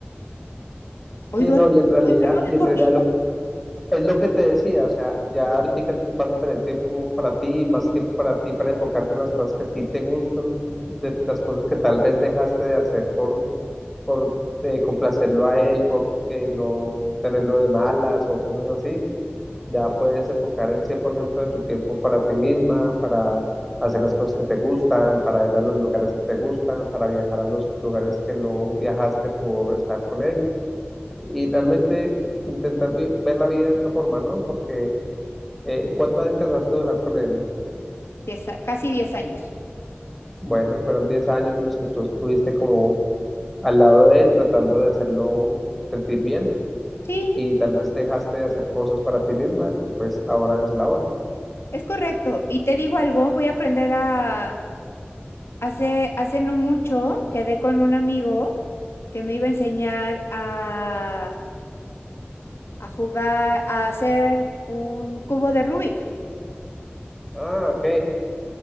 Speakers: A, on the left; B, in the centre.
A: Hoy
B: Sí,
A: duermo,
B: no, y en realidad,
A: hoy duermo
B: y
A: de
B: en
A: corrido.
B: realidad lo- es lo que te decía, o sea, ya ahorita vas a tener tiempo para ti, más tiempo para ti, para enfocarte en las cosas que a ti te gustan, de las cosas que tal vez dejaste de hacer por, por eh, complacerlo a él, por eh, no tenerlo de malas o cosas así. Ya puedes enfocar el 100% de tu tiempo para ti misma, para hacer las cosas que te gustan, para ir a los lugares que te gustan, para viajar a los lugares que no viajaste por estar con él y realmente intentar vi- ver la vida de otra forma, ¿no? Porque eh, ¿cuánto alcanzaste a durar con él?
A: Diez a- casi 10 años.
B: Bueno, fueron 10 años en los que tú estuviste como al lado de él tratando de hacerlo sentir bien
A: Sí,
B: y tal vez dejaste de hacer cosas para ti misma, pues ahora es la hora.
A: es correcto. Y te digo algo, voy a aprender a... Hace, hace no mucho quedé con un amigo que me iba a enseñar a, a jugar, a hacer un cubo de Rubik.
B: Ah, ok,